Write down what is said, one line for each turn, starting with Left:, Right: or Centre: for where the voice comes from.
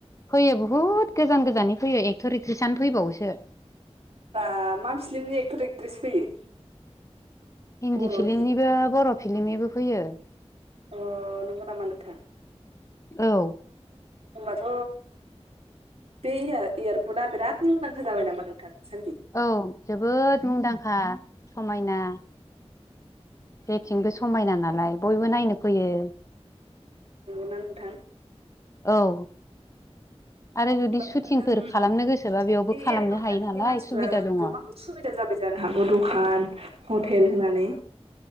Left: फैयो बुहुद गोजान गोजाननि फैयो एक्ट'र एक्ट्रिसआनो फैबावोसो।
Right: बा मा फिल्मनि एक्टर एक्ट्रिस फैयो
Left: हिन्दी
Right: बर'नि
Left: फिलिमनिबो बर' फिलिमनिबो फैयो।
Right: अ नोंगौ नामा नोंथां
Left: औ
Right: होमबाथ' बे एयार एयारपर्टआ बिराद मुंदांखा जाबाय नामा नोंथां सान्दि
Left: औ जोबोद मुंदांखा समायना जेथिंबो समायना नालाय बयबो नायनो फैयो
Right: नंगौना नोंथां
Left: औ आरो जुदि
Right: होनबाथ'
Left: सुटिंफोर
Right: नोंथां
Left: खालामनो गोसोबा बेयावबो
Right: बे
Left: खालामनो
Right: एयारपर्ट
Left: हायो
Right: खाथिनि
Left: नालाय
Right: मानसिफ्रा
Left: सुबिदा दङ
Right: गोबां सुबिदा जाबाय जा जानो हागौ दखान हटेल होनानै